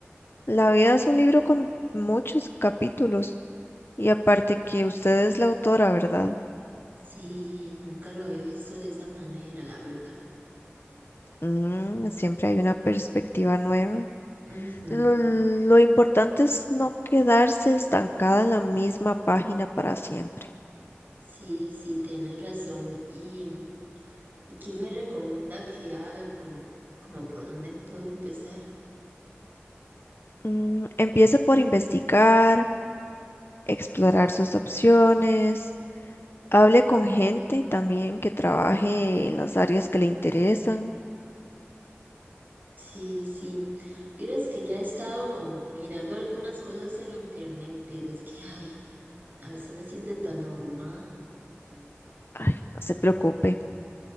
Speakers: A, on the left (about 55°); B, on the right (about 40°).
A: La vida es un libro con muchos capítulos y aparte que usted es la autora, ¿verdad?
B: Sí, nunca lo había visto de esa manera, la verdad.
A: Mm, siempre hay una perspectiva nueva.
B: Ujú.
A: Lo, lo importante es no quedarse estancada en la misma página para siempre.
B: Sí, sí, tienes razón. ¿Y, y qué me recomienda que haga? Como, como por dónde puedo empezar?
A: Mm, empiece por investigar, explorar sus opciones Hable con gente también que trabaje en las áreas que le interesan.
B: Sí, sí. Vieras que ya he estado mirando algunas cosas en internet, pero es que, ay, a veces me siento tan abrumada.
A: Ay, no se preocupe.